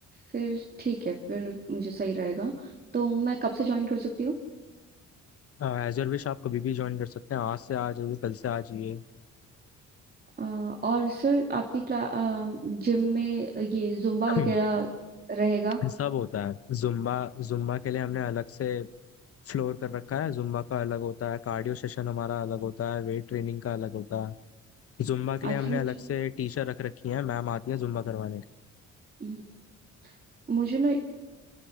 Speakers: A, on the right; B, on the left.
A: फिर ठीक है फिर मुझे सही रहेगा तो मैं कब से ज्वाइन कर सकती हूँ
B: एज योर विश आप कभी भी ज्वाइन कर सकते हैं आज से आ जाइए कल से आ जाइए
A: अ, और सर आपकी क्ला जिम में ये जुम्बा
B: <clears throat>
A: वगैरह रहेगा
B: सब होता है जुम्बा जुम्बा के लिए हमने अलग से फ्लोर कर रखा है जुम्बा का अलग होता है कार्डियो सेशन हमारा अलग होता है वेट ट्रेनिंग का अलग होता है जुम्बा के लिए
A: एक्चुअली
B: हमने अलग से टीचर रख रखी है मैम आती है जुम्बा करवाने
A: मुझे मुझे ना